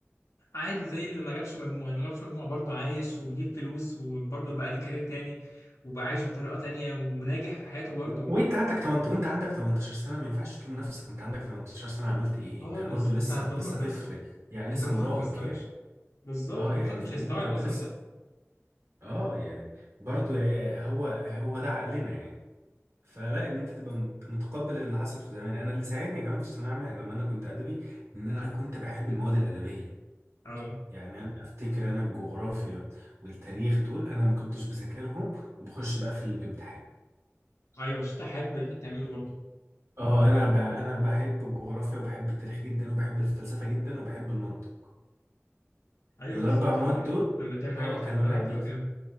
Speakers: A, on the left; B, on the right.
A: عادي زي اللي ما جابش مجموع اللي ما جابش مجموع برضه عايش وبيجيب فلوس وبرضه بقى ليه كارير تاني وبقى عايش بطريقه تانيه وناجح في حياته برضه
B: وانت عندك 18 وانت عندك 18 سنة ما ينفعش تلوم نفسك وانت عندك 18 سنة عملت ايه
A: خالص
B: انت برضو
A: انت
B: لسه
A: هتدمر
B: لسه
A: نفسك
B: طفل يعني
A: انت
B: لسه
A: مخك
B: مراهق
A: ما يستوعبش
B: يعني
A: بالظبط
B: اه
A: مخك
B: يعني
A: مش
B: فاهمني
A: هيستوعب
B: انت
A: اصلا
B: لسه
A: ده
B: اه يعني برضو آه، هو هو ده عقلنا يعني فلا ان انت تبقى مت- متقبل اللي حصل في زمان انا اللي ساعدني كمان في الثانويه العامه لما انا كنت ادبي ان انا كنت بحب المواد الادبيه
A: اه
B: يعني انا افتكر انا الجغرافيا والتاريخ دول انا ما كنتش بذاكرهم وبخش بقى في الامتحان
A: ايوه عشان انت حابب اللي انت بتعمله برضه
B: اه انا ب... انا بحب الجغرافيا وبحب التاريخ جدا وبحب الفلسفه جدا وبحب المنطق
A: ايوه
B: الاربع
A: بالظبط
B: مواد
A: لما
B: دول
A: لما تعمل حاجه
B: اه
A: بتحبها
B: كانوا لعبتي
A: بتبقى كده